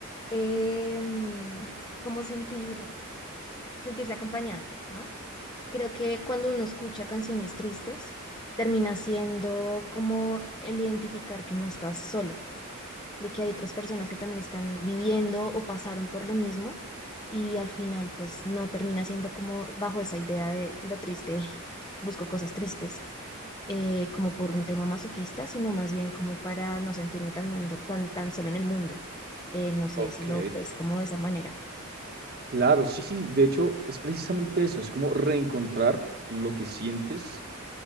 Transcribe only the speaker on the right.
Ok,
claro, sí, sí, de hecho es precisamente eso, es como reencontrar lo que sientes,